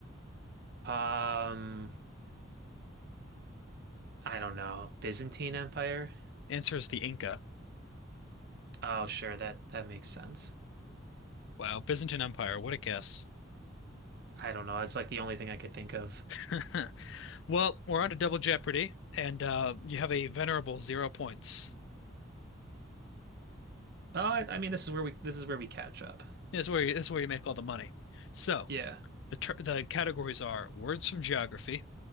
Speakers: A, on the right; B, on the left.
A: Um, I don't know. Byzantine Empire?
B: Answer is the Inca.
A: Oh, sure, that that makes sense.
B: Wow, Byzantine Empire, what a guess.
A: I don't know. That's like the only thing I could think of.
B: <laughs> Well, we're on to Double Jeopardy, and uh, you have a venerable zero points.
A: Uh, I mean, this is where we this is where we catch up.
B: That's where you, that's where you make all the money. So
A: Yeah.
B: the ter the categories are words from geography,